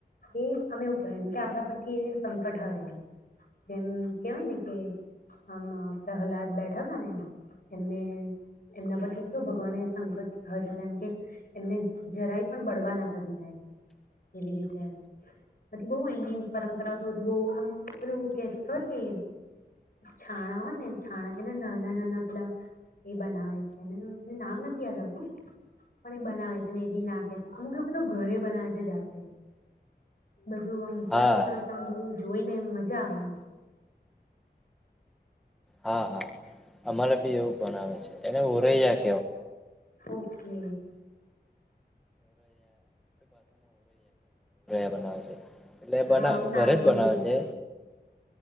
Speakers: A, on the left (about 55°); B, in the centre.
A: કે અમે એવું કેહેવાય એમ કે આપણા પરથી એ સંકટ હરે એ જેમ કેહેવાય ને કે આમાં પ્રહલાદ બેઠા હતા ને એમ એમને એમના પરથી. કેવું ભગવાન એ સંકટ હર્યું એમ કે એમને જરાય પણ બળવા ના થ દીધાય એવી રીતે બધી બહ અહીની પરંપરાઓ તો બધું બહ આમ <unintelligible> કે છે ખબર કે છાણા હોય ને છાણા એના નાના નાના પેલા એ બનાવે છેને. નામ નથી યાદ આવતું પણ એ બનાવે છે, ને એ બી નાખે છે, અમુક લોકો તો ઘરે બનાવે છે, જાતે. બધું આમ સરસ
B: હા
A: સરસ આમ બધું. જોઈને એમ મજા આવે એમ.
B: હા હા અમારે બી એવું પણ આવે છે, એને ઓરૈયા.
A: ઓકે
B: <unintelligible> <inaudible> <inaudible> બનાવશે. એટલે બના
A: હા હું નામ
B: ઘરે જ
A: ભૂલી
B: બનાવશે.
A: ગઈ હતી